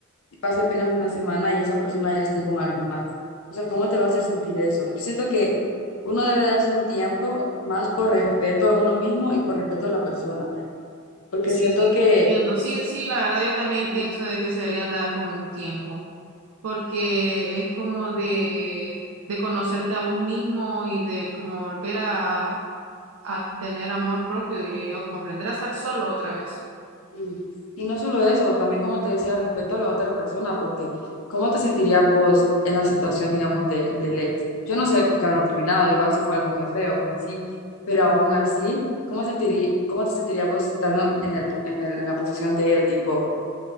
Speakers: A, on the left (about 70°); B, on the right (about 70°).
A: y pase apenas una semana y esa persona ya esté con alguien más. O sea, ¿cómo te va a hacer sentir eso? Yo siento que uno debe darse un tiempo más por respeto a uno mismo y por respeto a la persona, porque
B: Sí,
A: siento
B: sí,
A: que
B: te entiendo. Sí, sí, la verdad yo también
A: mm,
B: pienso de que se deberían dar como un tiempo, porque es como de, de conocerte a vos mismo y de como volver a, a tener amor propio, diría yo, como aprender a estar solo otra vez.
A: Mm. Y no solo eso, también como te decía, respeto a la otra persona, porque ¿cómo te sentirías vos en la situación, digamos, de, del ex? Yo no sé por qué habrán terminado, igual si fue algo muy feo, pues así, pero aún así, ¿cómo sentirí, cómo te sentirías vos estando en el, en el- en la posición de él? Tipo,